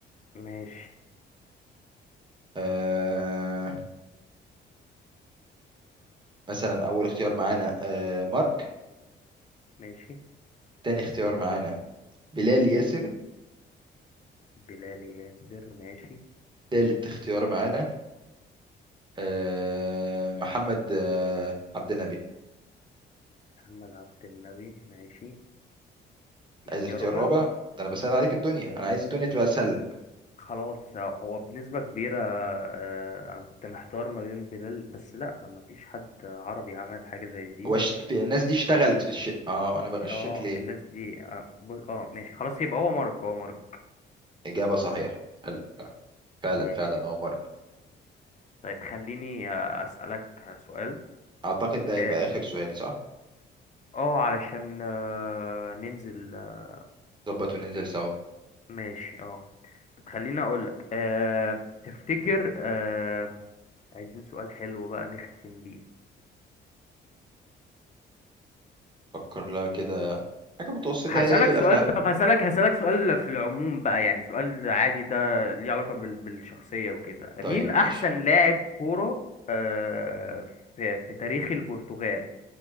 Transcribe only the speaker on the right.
آه مثلا أول اختيار معانا آه مارك
تاني اختيار معانا بلال ياسر
تالت اختيار معانا آه، محمد آه، عبد النبي
عايز
اختيار
رابع ده انا بسهل عليك الدنيا انا عايز الدنيا تبقى اسهل لك
هو ش... في الناس دي اشتغلت في الشيء اه انا بغشك
ليه
اجابه صحيحه حلو ف- فعلا
فعلا اه مارك
اعتقد ده هيبقى
اخر سؤال صح
ظبط وننزل سوا
فكر لها كده حاجه متوسطه
يعني نقفل
قفله حلوه
طيب
ماشي